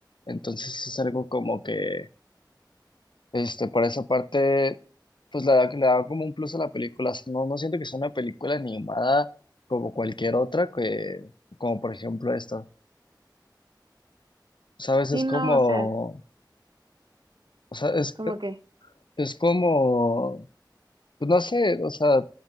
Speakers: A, on the left; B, on the right.
A: Entonces es algo como que Este, por esa parte, pues le da, le da como un plus a la película. O sea, No, no siento que sea una película animada como cualquier otra, que, como por ejemplo esta. ¿Sabes?
B: Sí,
A: Es como,
B: no, o sea,
A: o sea, es,
B: como que
A: es como, pues no sé, o sea,